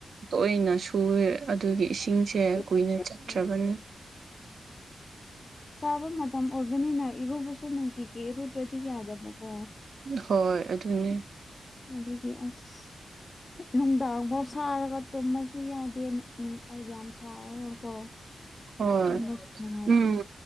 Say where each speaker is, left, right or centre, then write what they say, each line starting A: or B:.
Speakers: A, on the right; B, on the left.
A: ꯇꯣꯏꯅ ꯁꯨꯋꯦ ꯑꯗꯨꯒꯤ ꯏꯁꯤꯡꯁꯦ
B: ꯑꯣ
A: ꯀꯨꯏꯅ ꯆꯠꯇ꯭ꯔꯕꯅꯤ
B: ꯆꯥꯕ ꯃꯇꯝ ꯑꯣꯏꯕꯅꯤꯅ ꯏꯔꯨꯕꯁꯨ ꯅꯨꯡꯇꯤꯒꯤ ꯏꯔꯨꯗ꯭ꯔꯗꯤ ꯌꯥꯗꯕꯀꯣ
A: ꯍꯣꯏ ꯑꯗꯨꯅꯦ
B: ꯑꯗꯨꯒꯤ ꯑꯁ ꯅꯨꯡꯗꯥꯡꯐꯥꯎ ꯁꯥꯔꯒ ꯇꯨꯝꯃꯁꯨ ꯌꯥꯗꯦ ꯌꯥꯝ ꯁꯥꯔꯅꯨꯀꯣ
A: ꯍꯣꯏ
B: ꯇ ꯁꯅꯨꯡꯉꯥꯏꯇ
A: ꯎꯝ